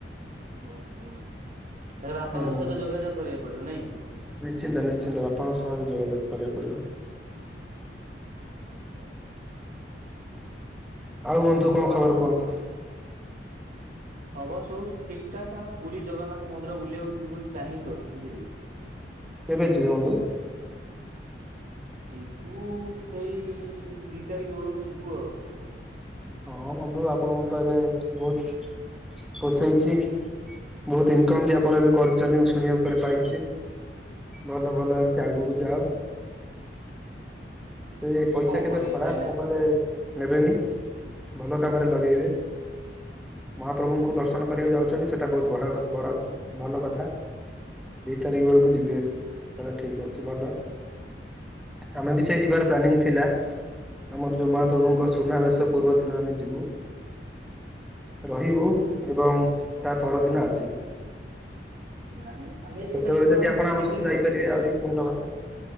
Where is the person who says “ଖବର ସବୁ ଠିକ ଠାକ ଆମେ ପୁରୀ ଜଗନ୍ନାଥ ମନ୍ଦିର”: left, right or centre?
Right